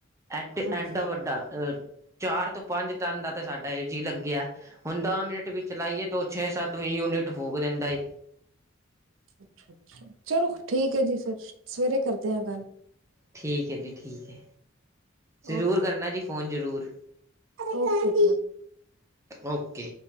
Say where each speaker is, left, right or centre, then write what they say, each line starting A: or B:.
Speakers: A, on the right (about 15°); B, on the right (about 80°).
A: ਐਡ
B: ਹਾਂਜੀ
A: ਐਡਾ ਵੱਡਾ ਅਹ ਚਾਰ ਤੋਂ ਪੰਜ ਟਨ ਦਾ ਤਾਂ ਸਾਡਾ ਏ ਜੀ ਲੱਗਿਆ ਹੁਣ ਦਸ ਮਿੰਟ ਵੀ ਚਲਾਾਈਏ ਤਾਂ ਛੇ ਸੱਤ ਵੀਹ ਯੂਨਿਟ ਫੂਕ ਦਿੰਦਾ ਏ।
B: ਅੱਛਾ ਅੱਛਾ ਚਲੋ ਠੀਕ ਹੈ ਜੀ ਫਿਰ ਸਵੇਰੇ ਕਰਦੇ ਹਾਂ ਗੱਲ।
A: ਠੀਕ ਹੈ ਜੀ ਠੀਕ ਹੈ ਜ਼ਰੂਰ
B: ਓਕੇ
A: ਕਰਨਾ ਜੀ ਫੋਨ ਜ਼ਰੂਰ।
B: ਓਕੇ ਜੀ <unintelligible>
A: ਓਕੇ